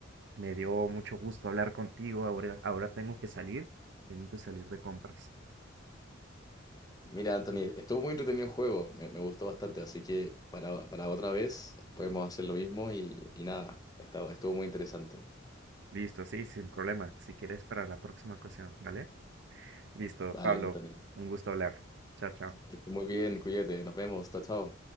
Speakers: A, on the right; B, on the left.
A: me dio mucho gusto hablar contigo. Ahora, ahora tengo que salir, tengo que salir de compras.
B: Mira, Anthony, estuvo muy entretenido el juego, me, me gustó bastante, así que para, para otra vez podemos hacer lo mismo y, y nada, estuvo, estuvo muy interesante.
A: Listo, sí, sin problema. Si quieres para la próxima ocasión, ¿vale? Listo,
B: Vale,
A: Pablo,
B: Anthony,
A: un gusto hablar. Chao, chao.
B: que estés muy bien, cuídate, nos vemos, chao, chao.